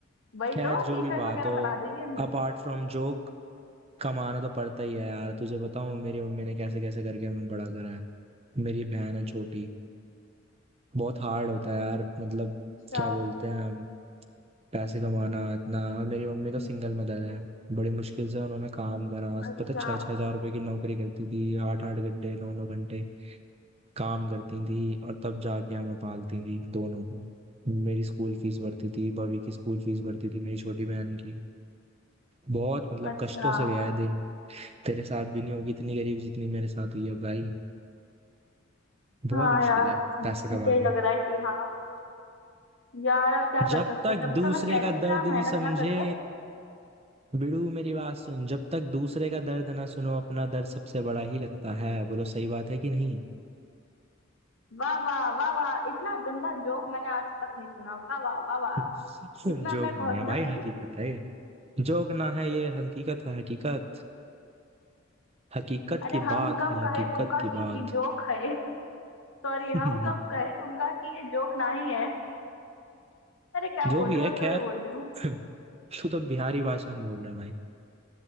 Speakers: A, on the left; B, on the right.
A: वही
B: खैर
A: तो
B: जो
A: टी
B: भी
A: शर्ट
B: बात
A: वगैरह
B: हो
A: बना देगी अमीर
B: अपार्ट फ्रॉम जोक कमाना तो पड़ता ही है यार तुझे बताऊं मेरी मम्मी ने कैसे कैसे करके हमें बड़ा करा है मेरी बहन है छोटी बहुत हार्ड होता है यार मतलब
A: अच्छा
B: क्या बोलते हैं पैसे कमाना इतना और मेरी मम्मी तो
A: हम्म,
B: सिंगल मदर है बड़ी मुश्किल से उन्होंने काम करा
A: अच्छा
B: पता छह छह हजार रुपए की नौकरी करती थी आठ आठ घंटे नौ नौ घंटे काम करती थी और तब जाके हमें पालती थी दोनों को मेरी स्कूल फीस भरती थी भवी की स्कूल फीस भरती थी मेरी छोटी बहन की बहुत मतलब
A: अच्छा
B: कष्टों से गया है दिन तेरे साथ भी नहीं होगी इतनी गरीब जितनी मेरे साथ हुई है भाई बहुत
A: हाँ
B: मुश्किल
A: यार
B: है
A: सुन
B: पैसे कमाने
A: के ही लग रहा है कि हाँ यार अब क्या
B: जब
A: कर सकते
B: तक
A: हैं तभी
B: दूसरे
A: तो मैं कह रही
B: का
A: हूँ
B: दर्द
A: इतना मेहनत
B: नहीं समझे
A: ना करके
B: भिड़ू मेरी बात सुन जब तक दूसरे का दर्द ना सुनो अपना दर्द सबसे बड़ा ही लगता है बोलो सही बात है कि नहीं
A: वाह वाह वाह वाह इतना गंदा जोक मैंने आज तक नहीं सुना वाह वाह वाह वाह
B: <laughs>
A: इसमें
B: जोक
A: अब मेरे
B: नहीं
A: को हंसना
B: है भाई
A: चाहिए
B: हकीकत है ये। जोक ना है ये हकीकत है हकीकत हकीकत
A: अरे
B: की
A: हम
B: बात
A: कब
B: है हकीकत
A: कहे तुमका
B: की
A: कि
B: बात
A: ये जोक है सॉरी
B: <laughs>
A: हम कब कहे तुमका कि ये जोक ना ही है अरे क्या
B: जो
A: बोल
B: भी
A: रही
B: है
A: हूँ मैं जो
B: खैर
A: भी बोल रही हूँ
B: <laughs> तू तो बिहारी भाषा में बोल रहा है भाई